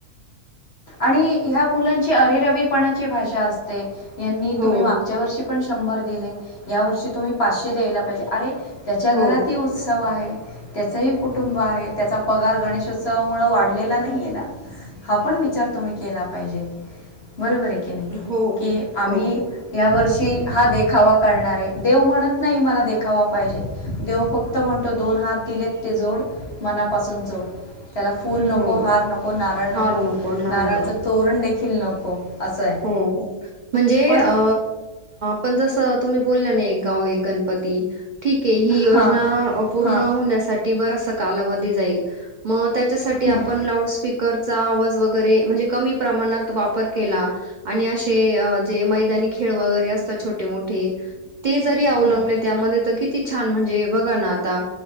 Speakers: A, on the left; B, on the right.
A: आणि ह्या मुलांची अरेरावीपणाची भाषा असते यांनी
B: हो
A: तुम्ही मागच्या वर्षी पण शंभर दिले या वर्षी तुम्ही पाचशे द्यायला पाहिजे अरे त्याच्या घरातही
B: हो
A: उत्सव आहे. त्याचही कुटुंब आहे त्याचा पगार गणेशोत्सवामुळे वाढलेला नाहीये ना. हा पण विचार तुम्ही केला पाहिजे. बरोबर आहे की नाही
B: हो
A: की
B: हो
A: आम्ही
B: हो
A: या वर्षी. की हा देखावा करणार आहे देव म्हणत नाही मला देखावा पाहिजे देव फक्त म्हणतो दोन हात दिलेत ते जोड मनापासून जोड. त्याला फुल नको
B: हो
A: हार नको. नारळ नको
B: हार नारळ
A: नारळाचा
B: नको
A: तोरण देखील खिल् नको असं आहे.
B: हो म्हणजे
A: पण
B: अ पण जसं तुम्ही बोलल्या ना एक गाव एक गणपती. ठीक हे ही
A: हां,
B: योजना आपूर्ण
A: हां.
B: होण्यासाठी बर कालावधी जाईल म त्याच्यासाठी
A: हं,
B: आपण लाऊड स्पीकरचा आवाज वगैरे म्हणजे कमी प्रमाणात वापर केला. आणि असे जे मैदानी खेळ वगैरे असतात छोटे मोठे ते जरी अवलंबले
A: हं, हं.
B: त्यामध्ये तर किती छान म्हणजे बघा ना आता